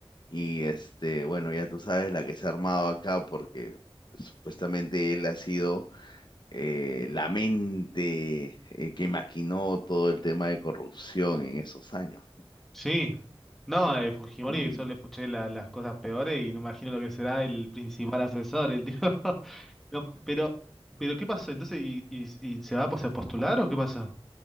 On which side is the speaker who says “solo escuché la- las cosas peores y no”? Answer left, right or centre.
Centre